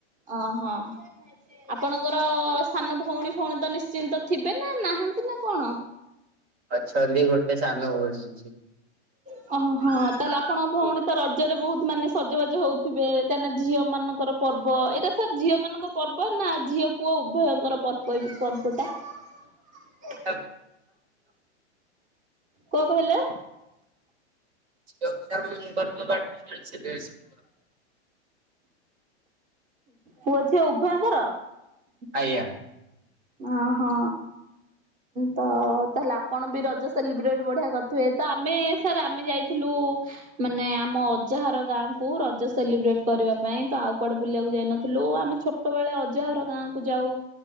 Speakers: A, on the right; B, on the right.
A: ଓ ହୋ। ଆପଣଙ୍କର ସ୍ଥାନ ଭଉଣୀ ଭଉଣୀ ତ ନିଶ୍ଚିନ୍ତ ଥିବେ ନା ନାହାନ୍ତି ନା କଣ? ହ
B: ଅଛନ୍ତି ଗୋଟେ ସାନ ବଡଛି।
A: ହ ଓହଁ ତାହେଲେ ଆପଣଙ୍କ ଭଉଣୀ ତ ରଜରେ ବହୁତ ମାନେ ସଜବାଜ ହଉଥେ କା ଝିଅ ମଙ୍କର ପର୍ବ। ପର୍ବ ଏଇଟା ସାର୍ ଝିଅ ମାନଙ୍କ ପର୍ବ ନା ଝିଅ ପୁଅ ଉଭୟଙ୍କର ପର୍ବ ଏଇ ପର୍ବଟା। ହ
B: ହଉ
A: କ କହିଲା?
B: ଖ
A: ପୁଅ ଝିଅ ଉଭୟଙ୍କର।
B: ଆଜ୍ଞା।
A: ଓହୋ। ତ ତାହେଲେ ଆପଣ ବି ରଜ ସେଲିବ୍ରେଟ୍ ବଢିଆ କରିଥିବେ ତ ଆମେ ସାର୍ ଆମେ ଯାଇଥିଲୁ। ମାନେ ଆମ ଅଜାହାର ଗାଁକୁୁ ରଜ ସେଲିବ୍ରେଟ କରିବା ପାଇଁ ତ ଆଉ କୁଆଡେ ବୁଲିବାକୁ ଯାଇନଥିଲୁ ଆମେ ଛୋଟ। ଛୋଟବେଳେ ଅଜାହାର ଗାଁ କୁ ଯାଉ।